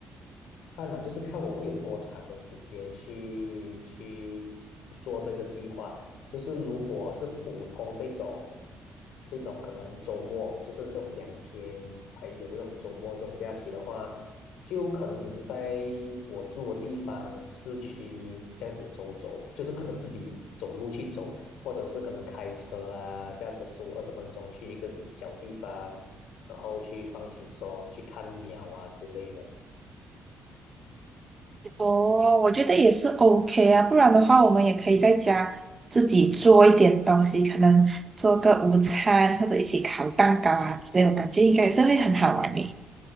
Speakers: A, on the left; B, on the right.
A: 看嘛，就是看我会有多长的时间去去做这个计划。就是如果是普通这种这种可能周末，就是这种两天才有的这种周末这种假期的话，就可能只是在我住的地方市区这样子走走，就是可能自己走路去走。或者是可能开车啦，驾车十五二十分钟去一个地小地方，然后去放轻松，去看鸟啊之类的，
B: 哦，我觉得也是 OK 啊，不然的话，我们也可以在家自己做一点东西，可能做个午餐或者一起烤蛋糕啊之类的，我感觉应该也是会很好玩的。